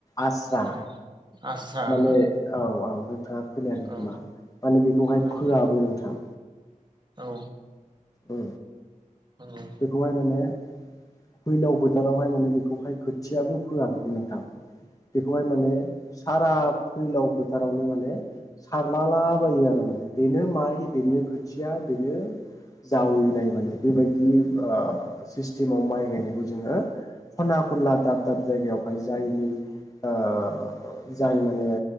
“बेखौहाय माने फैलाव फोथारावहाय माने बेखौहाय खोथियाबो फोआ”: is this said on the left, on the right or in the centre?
Left